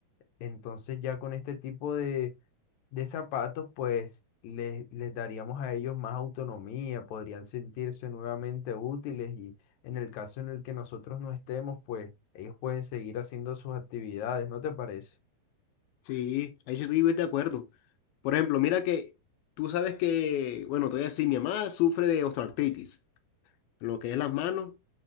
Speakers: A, on the left (about 60°); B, on the left (about 75°).
A: Entonces ya con este tipo de, de zapatos, pues les, les daríamos a ellos más autonomía, podrían sentirse nuevamente útiles y en el caso en el que nosotros no estemos, pues ellos pueden seguir haciendo sus actividades, ¿no te parece?
B: Sí, ahí sí estoy de acuerdo. Por ejemplo, mira que tú sabes que, bueno, todavía sí, mi mamá sufre de osteoartritis, en lo que es las manos.